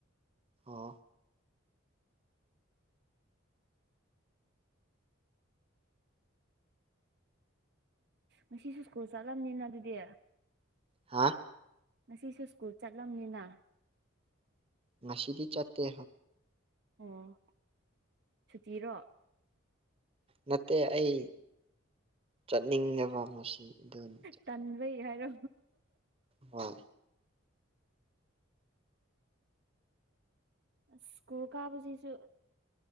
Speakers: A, on the right; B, on the right.
A: ꯑꯣ
B: ꯉꯁꯤꯁꯨꯨ ꯁ꯭ꯀꯨꯜ ꯆꯠꯂꯝꯅꯤꯅ ꯑꯗꯨꯗꯤ
A: ꯍꯥꯥ
B: ꯉꯁꯤꯁꯨ ꯁ꯭ꯀꯨꯜ ꯆꯠꯂꯝꯅꯤꯅ
A: ꯉꯁꯤꯗꯤ ꯆꯠꯇꯦ
B: ꯑꯣ ꯁꯨꯇꯤꯔꯣ
A: ꯅꯠꯇꯦ ꯑꯩ ꯆꯠꯅꯤꯡꯗꯕ ꯉꯁꯤ ꯑꯗꯨꯅꯤ
B: ꯇꯟꯕꯩ ꯍꯥꯢꯔꯣ
A: ꯍꯣꯢ
B: ꯑꯁ ꯁ꯭ꯀꯨꯜ ꯀꯥꯕꯁꯤꯁꯨ